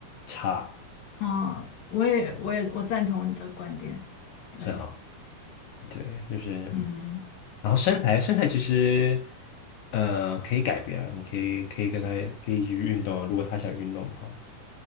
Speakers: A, on the left; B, on the left.
A: 差，
B: 啊，我也，
A: 感
B: 我也，我赞同你的观点，对，
A: 是哈。对，就是
B: 嗯
A: 然后身材身材其实呃可以改变啊，你可以可以跟他可以一起去运动啊，如果他想运动的话。